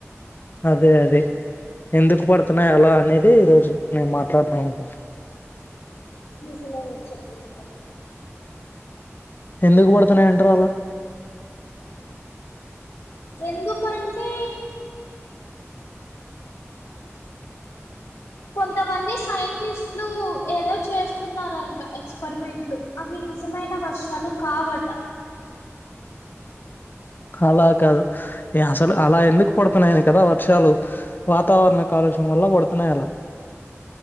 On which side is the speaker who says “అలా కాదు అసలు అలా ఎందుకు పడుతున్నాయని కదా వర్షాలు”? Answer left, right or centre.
Left